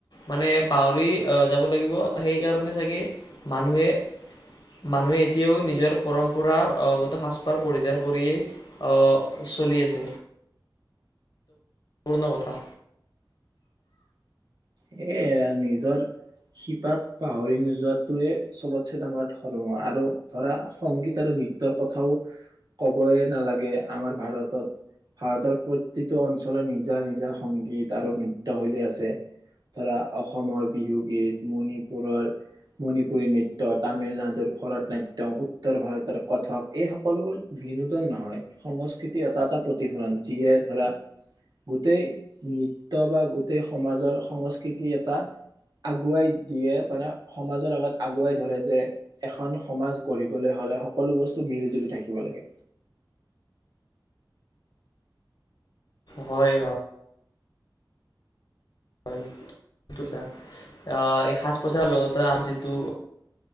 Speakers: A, on the left; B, on the right.
A: মানে পাহৰি আহ, যাব লাগিব সেইকাৰণে চাগে মানুহে মানুহে এতিয়াও নিজৰ পৰম্পৰাগত সাজপাৰ পৰিধান কৰিয়ে অ' চলি আছে। পূৰ্ণ কথা।
B: এ, নিজৰ শিপাক পাহৰি নোযোৱাটোৱে চবতছে ডাঙৰ ধৰ্ম আৰু ধৰা সংগীত আৰু নৃত্যৰ কথাও কবয়ে নালাগে আমাৰ ভাৰতত। ভাৰতৰ প্ৰতিটো অঞ্চলত নিজা নিজা সংগীত আৰু নৃত্য শৈলী আছে। ধৰা অসমৰ বিহুগীত, মণিপুৰৰ মণিপুৰী নৃত্য, তামিলনাডুৰ ভৰতনাট্যম, উত্তৰ ভাৰতৰ কথক এই সকলোবোৰ বিনোদন নহয় সংস্কৃতিৰ এটা এটা প্ৰতিফলন যিয়ে ধৰা গোটেই নৃত্য বা গোটেই সমাজৰ সংস্কৃতিৰ এটা আগুৱাই দিয়ে মানে সমাজৰ আগত আগুৱাই ধৰে যে এখন সমাজ গঢ়িবলৈ হ'লে সকলো বস্তু মিলি জুলি থাকিব লাগে।
A: হয় হ হয়, এই সাজ পোছাকৰৰ লগতে আম যিটো